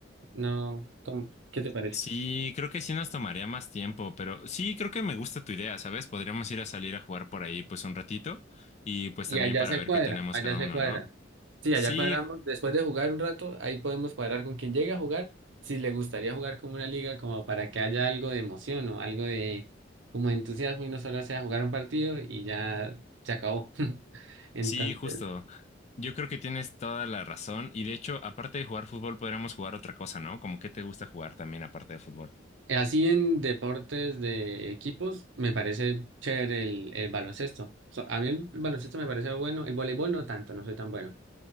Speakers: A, on the right (about 80°); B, on the left (about 35°).
A: No, ¿cómo? ¿Qué te parece?
B: Sí, creo que sí nos tomaría más tiempo, pero sí, creo que me gusta tu idea, ¿sabes? Podríamos ir a salir a jugar por ahí pues un ratito y pues
A: Y
B: también
A: allá
B: para
A: se
B: ver
A: cuadra,
B: qué tenemos
A: allá
B: cada
A: se
B: uno,
A: cuadra.
B: ¿no?
A: Sí,
B: Sí,
A: allá cuadramos,
B: ju-
A: después de jugar un rato, ahí podemos cuadrar con quien llegue a jugar, si le gustaría jugar como una liga, como para que haya algo de emoción o algo de como de entusiasmo y no solo sea jugar un partido y ya se acabó. <laughs> Entonces,
B: sí, justo. Yo creo que tienes toda la razón y de hecho, aparte de jugar fútbol, podríamos jugar otra cosa, ¿no? Como que te gusta jugar también aparte de fútbol.
A: así en deportes de equipos, me parece chévere el, el baloncesto. So- a mí el, baloncesto me parece bueno, el voleibol no tanto, no soy tan bueno.